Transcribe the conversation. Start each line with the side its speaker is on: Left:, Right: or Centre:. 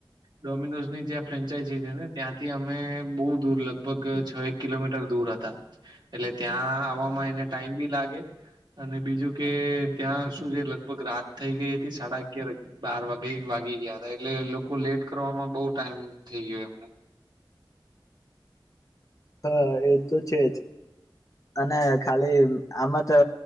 Right: ડોમિનોઝ ની જ્યાં ફ્રેન્ચાઈઝ છે ને, ત્યાંથી અમે બઉુ દૂર લગભગ છ એક કિલોમીટર દૂર હતા, એટલે ત્યાં આવવામાં એને. ટાઈમ બી લાગે, અને બીજું કે ત્યાં શું છે, લગભગ રાત થઈ ગઈ હતી, સાડા ક્યારેક બાર વાગે વાગી ગયા હતા, એટલે લોકો લેટ કરવામાં બહુ ટાઈમ થઈ ગયો એમને.
Left: હા, એ તો છે જ.
Right: <unintelligible>
Left: અને ખાલી આમાં તો